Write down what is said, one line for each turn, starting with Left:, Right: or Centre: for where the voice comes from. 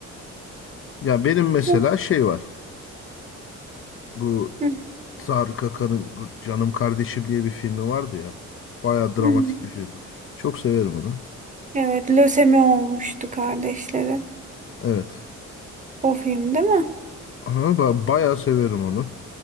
Left: Ya benim mesela
Right: Hı,
Left: şey var. Bu
Right: hı,
Left: Tarık Akan'ın bu Canım Kardeşim diye bir filmi vardı ya. Baya dramatik
Right: hı.
Left: bir film. Çok severim onu.
Right: evet, lösemi olmuştu kardeşleri.
Left: Evet.
Right: O film değil mi?
Left: Ama ba- bayağı severim onu.